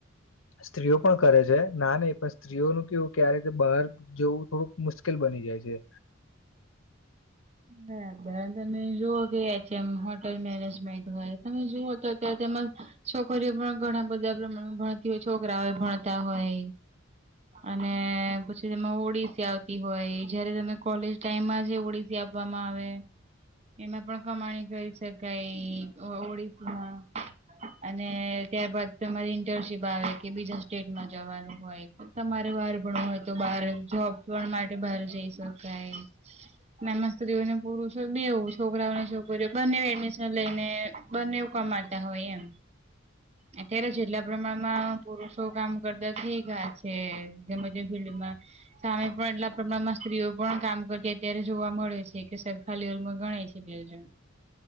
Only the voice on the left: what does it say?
સ્ત્રીઓ પણ કરે છે ના નહી પણ સ્ત્રીઓનું કેવું ક્યારે રીતે બહાર. જેવું થોડુંક મુશ્કેલ બની જાય છે.